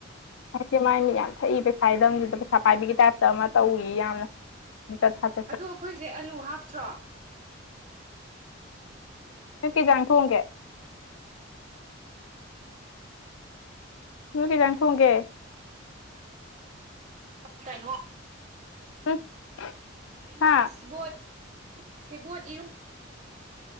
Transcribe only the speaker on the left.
ꯅꯪꯁꯦ ꯃꯥꯏ ꯃꯤꯠ ꯌꯥꯝ ꯊꯛꯏ ꯄꯩꯁꯥ <unintelligible> ꯄꯩꯁꯥ ꯄꯥꯏꯕꯤꯒꯤ ꯇꯥꯏꯞꯇ ꯑꯃ ꯇꯧꯔꯤ ꯌꯥꯝꯅ <unintelligible>
ꯅꯣꯏ ꯀꯩ ꯏꯟꯖꯥꯡ ꯊꯣꯡꯒꯦ ꯅꯣꯏ ꯀꯩ ꯏꯟꯖꯥꯡ ꯊꯣꯡꯒꯦ
<unintelligible>
ꯍꯥ